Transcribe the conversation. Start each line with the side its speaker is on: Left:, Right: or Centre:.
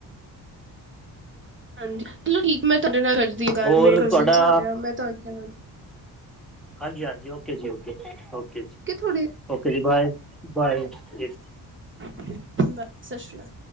Right: ਹਾਂਜੀ ਚਲੋ ਠੀਕ ਮੈਂ ਤੁਹਾਡੇ ਨਾਲ ਕਰਦੀ ਗੱਲ
Centre: ਹੋਰ
Right: ਮੇਰੇ ਕਜ਼ਨਸ
Centre: ਤੁਹਾਡਾ
Right: ਆ ਮੈਂ ਤੁਹਾਡ
Centre: ਹਾਂਜੀ-ਹਾਂਜੀ ਓਕੇ ਜੀ, ਓਕੇ ਓਕੇ ਜੀ-ਓਕੇ
Right: ਹੈ, ਥੋੜੇ
Centre: ਜੀ ਬਾਏ-ਬਾਏ ਜੀ।
Right: ਬਸ ਸਸ ਸ੍ਰੀ ਕਾਲ।